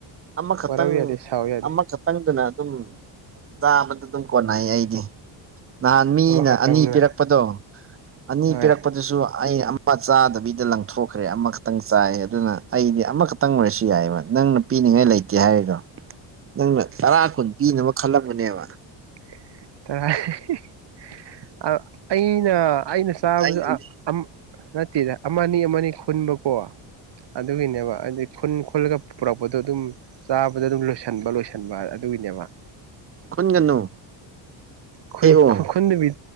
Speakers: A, on the right; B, on the right.
A: ꯑꯃꯈꯛꯇꯪ
B: ꯋꯥꯔꯧ ꯌꯥꯗꯦ ꯁꯥꯎ ꯌꯥꯗꯦ
A: ꯑꯃꯈ ꯇꯪꯗꯨꯅ ꯑꯗꯨꯝ ꯆꯥꯕꯗ ꯑꯗꯨꯝ ꯀꯣꯟꯅꯩ ꯑꯩꯗꯤ ꯅꯍꯥꯟ ꯃꯤꯅ
B: ꯑꯃꯈꯛꯇꯪꯅ
A: ꯑꯅꯤ ꯄꯤꯔꯛꯄꯗꯣ ꯑꯅꯤ
B: ꯍꯣꯏ
A: ꯄꯤꯔꯛꯄ ꯑꯗꯨꯁꯨ ꯑꯩ ꯑꯃ ꯆꯥꯗꯕꯤꯗ ꯂꯪꯊꯣꯛꯈ꯭ꯔꯦ ꯑꯃꯈꯛꯇꯪ ꯆꯥꯏ ꯑꯗꯨꯅ ꯑꯩꯗꯤ ꯑꯃꯈꯛꯇꯪ ꯑꯣꯏꯔꯁꯨ ꯌꯥꯏꯕ ꯅꯪꯅ ꯄꯤꯅꯤꯡꯉꯥꯏ ꯂꯩꯇꯦ ꯍꯥꯏꯔꯤꯗꯣ ꯅꯪꯅ ꯇꯔꯥ ꯀꯨꯟ ꯄꯤꯅꯕ ꯈꯜꯂꯝꯕꯅꯦꯕ
B: ꯀꯔꯥꯏ ꯑ ꯑꯩꯅ ꯑꯩꯅ ꯆꯥꯕꯁꯨ
A: ꯑꯩꯅꯗꯤ
B: ꯑꯥ ꯑꯝ ꯅꯠꯇꯦꯗ ꯑꯃꯅꯤ ꯑꯃꯅꯤ ꯈꯨꯟꯕꯀꯣ ꯑꯗꯨꯒꯤꯅꯦꯕ ꯍꯥꯏꯗꯤ ꯈꯨꯟ ꯈꯨꯜꯂꯒ ꯄꯨꯔꯛꯄꯗꯣ ꯑꯗꯨꯝ ꯆꯥꯕꯗ ꯑꯗꯨꯝ ꯂꯣꯏꯁꯟꯕ ꯂꯣꯏꯁꯟꯕ ꯑꯗꯨꯒꯤꯅꯦꯕ
A: ꯈꯨꯟꯒꯅꯨ
B: ꯈꯨꯟ
A: ꯍꯦꯛꯑꯣ
B: ꯈꯨꯟꯗꯕꯤ